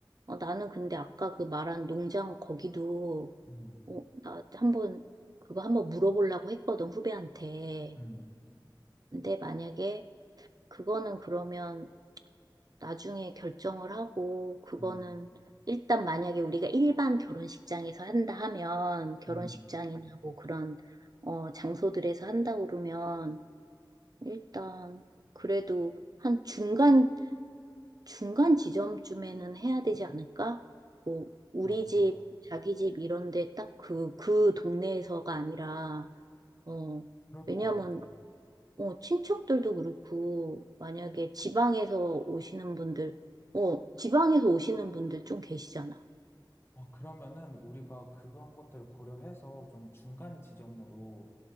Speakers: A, on the right; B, on the left.
A: 어, 나는 근데 아까 그 말한 농장 거기도
B: 음,
A: 어, 나 한번 그거 한번 물어보려고 했거든 후배한테.
B: 음.
A: 근데 만약에 그거는 그러면 나중에 결정을 하고, 그거는
B: 음.
A: 일단 만약에 우리가 일반 결혼식장에서 한다 하면, 결혼식장이나
B: 음,
A: 뭐 그런, 어, 장소들에서 한다 그러면, 일단 그래도 한 중간, 중간 지점쯤에는 해야 되지 않을까? 뭐, 우리
B: 맞아.
A: 집, 자기 집 이런데 딱 그, 그 동네에서가 아니라, 어,
B: 그럴
A: 왜냐면
B: 것 같아.
A: 어, 친척들도 그렇고, 만약에 지방에서 오시는 분들, 어, 지방에서 오시는 분들 좀 계시잖아.
B: 아, 그러면은 우리가 그런 것들을 고려해서 좀 중간 지점으로